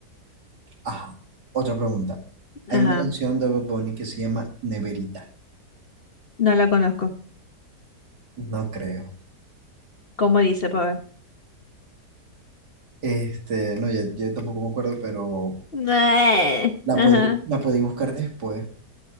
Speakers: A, on the right; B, on the left.
A: Ajá. Otra pregunta.
B: Ajá,
A: Hay una canción de Bad Bunny que se llama Neverita.
B: no la conozco.
A: No creo.
B: ¿Cómo dice, para
A: Este, no, ya- yo tampoco me acuerdo, pero
B: ver?
A: la
B: <laughs> Ajá,
A: podí, la podí buscar después.